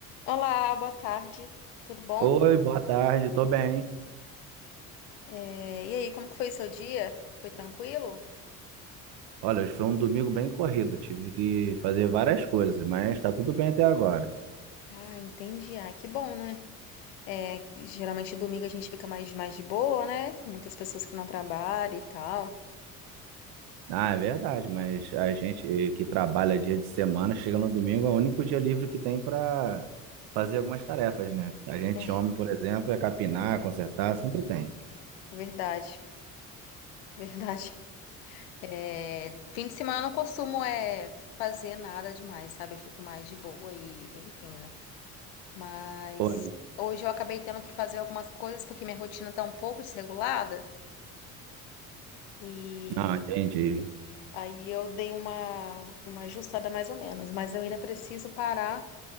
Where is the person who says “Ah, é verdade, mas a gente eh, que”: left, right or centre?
Right